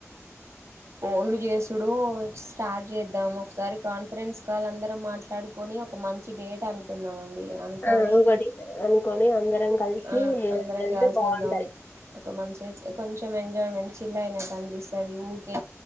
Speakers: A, on the right; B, on the left.
A: హోల్డ్ చేసుడు స్టార్ట్ చేద్దాం ఒకసారి కాన్ఫరెన్స్ కాల్ అందరం మాట్లాడు కోని ఒక మంచి డేట్ అనుకుందాం అం డి అనుకొని
B: ఆ ఒకటి అనుకొని అందరం కలిసి
A: ఆ అందరం
B: వెళ్తే
A: కాల్సి
B: బావుంటది.
A: ఉందాం ఒక మంచి కొంచెం ఎంజాయ్మెంట్ చిల్ అయినట్టు అనిపిస్తాది okay